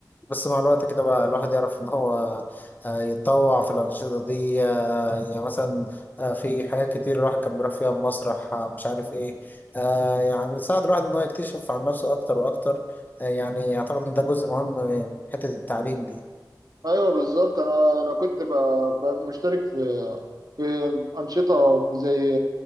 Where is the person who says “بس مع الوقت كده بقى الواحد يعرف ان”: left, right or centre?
Left